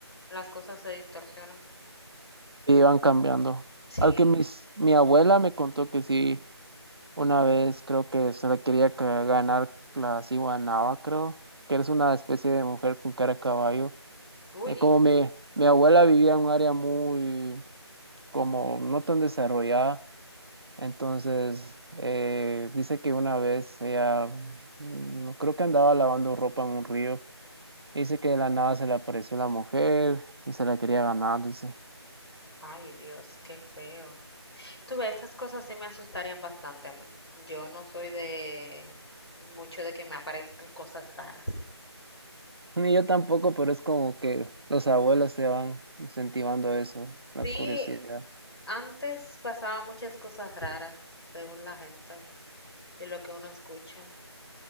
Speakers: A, on the left (about 65°); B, on the right (about 60°).
A: las cosas se distorsionan.
B: iban cambiando.
A: Sí.
B: Aunque mis, mi abuela me contó que sí, una vez creo que se le quería ca- ganar la Ciguanaba, creo, que eres una especie de mujer con cara de caballo.
A: Uy,
B: Eh, como mi, mi abuela vivía en un área muy, como no tan desarrollada, entonces eh, dice que una vez ella, mm, creo que andaba lavando ropa en un río, dice que de la nada se le apareció la mujer y se la quería ganar, dice.
A: ay Dios, qué feo. Tú ves, esas cosas sí me asustarían bastante a mí. Yo no soy de mucho de que me aparezcan cosas raras.
B: Ni yo tampoco, pero es como que los abuelos se van incentivando eso, la
A: Sí,
B: curiosidad.
A: antes pasaban muchas cosas raras, según la gente y lo que uno escucha.